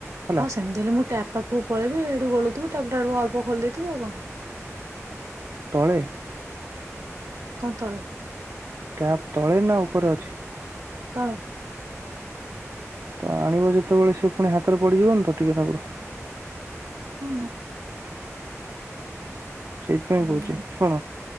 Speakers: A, on the right; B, on the right.
A: ହେଲା
B: ହଁ ସେମିତି ହେଲେ ମୁଁ ଟାପ ପାଖକୁ ପଳେଇବି ଏଇଠୁ ଗୋଳୁ ତ ଟ୍ୟାପ ଟାକୁ ଅଳ୍ପ ଖୋଲି ଦେଇଥିବ ଆଉ
A: ତଳେ
B: କଣ ତଳେ
A: ଟ୍ୟାପ ତଳେ ନା ଉପରେ ଅଛି।
B: ତଳେ
A: ତ ଆଣିବ ଯେତେବେଳେ ସେ ପୁଣି ହାତରେ ପଡିଯିବନି ତ ଟିକେ ନଗୁରୁ
B: ଉଁ
A: ସେଇଥିପାଇଁ
B: ହୁଁ
A: କହୁଛି। ଶୁଣ